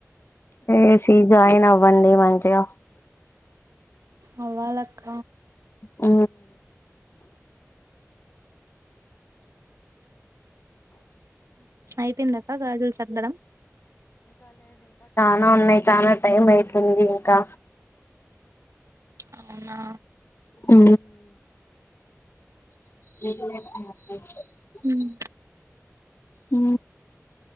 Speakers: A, on the left; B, on the right.
A: ఏసి జాయిన్ అవ్వండి మంచిగా
B: అ వాళ్ళక్క
A: ఆ
B: అయిపోయిందక్క గాజులు తగడం
A: చ ఉన్నాయి చాలా టైమ్ అవుతుంది ఇంకా
B: అవునా
A: ఉ <inaudible>
B: మ్మ్
A: ఉ